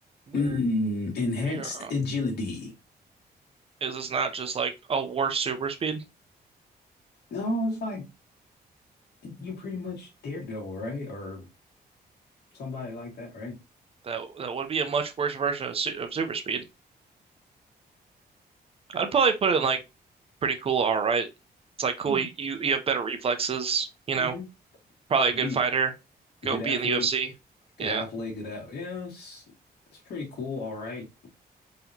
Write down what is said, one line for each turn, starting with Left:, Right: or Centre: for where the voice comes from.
Right: We're
Left: Mm, enhanced
Right: we are on.
Left: agility.
Right: Is this not just like a worse super speed?
Left: No, it's like you pretty much Daredevil, right? Or somebody like that, right?
Right: That that would be a much worse version of, su of super speed. I'd probably put it in like pretty cool. All right, it's like cool.
Left: You,
Right: You you have better reflexes. You
Left: hmm
Right: know, probably
Left: you
Right: a good
Left: be
Right: fighter. Go
Left: good
Right: be
Left: athlete,
Right: in the UFC.
Left: good
Right: Yeah.
Left: athlete, good at. Yeah, it's it's pretty cool. All right.